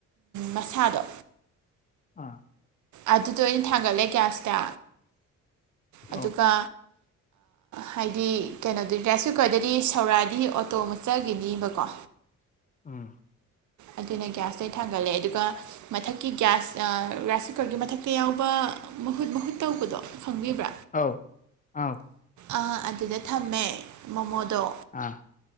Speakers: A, on the right; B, on the left.
A: ꯃꯁꯥꯗꯣ
B: ꯑꯥ
A: ꯑꯗꯨꯗꯣ ꯑꯩꯅ ꯊꯥꯡꯒꯠꯂꯦ ꯒ꯭ꯌꯥꯁꯇ ꯑꯗꯨꯒ
B: ꯑꯧ
A: ꯍꯥꯏꯗꯤ ꯀꯩꯅꯣꯗ ꯔꯥꯏꯁ ꯀꯨꯀꯔꯗꯗꯤ ꯁꯧꯔꯥꯗꯤ ꯑꯣꯇꯣ ꯃꯆꯈꯤꯅꯤꯕꯀꯣ
B: ꯎꯝ
A: ꯑꯗꯨꯅ ꯒ꯭ꯌꯥꯁꯇ ꯊꯥꯡꯒꯠꯂꯦ ꯑꯗꯨꯒ ꯃꯊꯛꯀꯤ ꯒ꯭ꯌꯥꯁ ꯔꯥꯏꯁ ꯀꯨꯀꯔꯒꯤ ꯃꯊꯛꯇ ꯌꯥꯎꯕ ꯃꯍꯨꯠ ꯃꯍꯨꯠ ꯇꯧꯕꯗꯣ ꯈꯪꯕꯤꯕ꯭ꯔꯥ
B: ꯑꯥꯎ ꯑꯥꯎ
A: ꯑ ꯑꯗꯨꯗ ꯊꯝꯃꯦ ꯃꯣꯃꯣꯗꯣ
B: ꯑꯥ